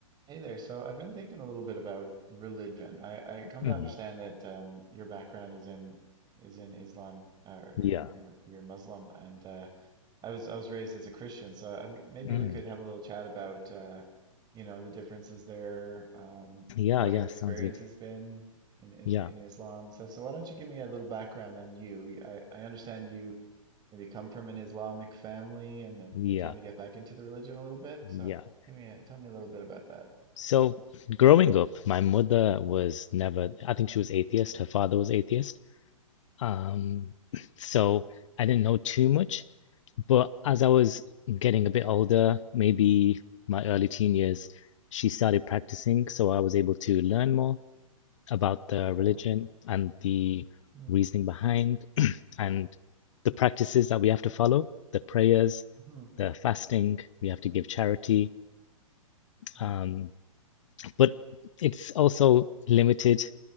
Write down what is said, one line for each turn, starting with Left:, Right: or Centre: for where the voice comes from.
Right: Hey there. So I've been thinking a little bit about religion. I, I come
Left: hmm
Right: to understand that um, your background is in is in Islam uh, or
Left: Yeah.
Right: you're you're Muslim, and uh, I was I was raised as a Christian. So um maybe
Left: Mm.
Right: we could have a little chat about uh, you know the differences there, um,
Left: Yeah,
Right: what
Left: yeah,
Right: your experience
Left: sounds good.
Right: has been in Is-
Left: Yeah,
Right: in Islam. So so why don't you give me a little background on you? You- I, I understand you maybe come from an Islamic family, and, and
Left: yeah,
Right: you're trying to get back into the religion a little bit. So
Left: yeah.
Right: give me a, tell me a little bit about that.
Left: So growing up, my mother was never, I think she was atheist. Her father was atheist. Um, <clears throat> so I didn't know too much, but as I was getting a bit older, maybe my early teen years, she started practicing, so I was able to learn more about the
Right: Okay.
Left: religion and the
Right: Mm.
Left: reasoning behind and the practices that we have to follow, the prayers,
Right: Mhm.
Left: the fasting, we have to give charity.
Right: Right.
Left: Um, but it's also limited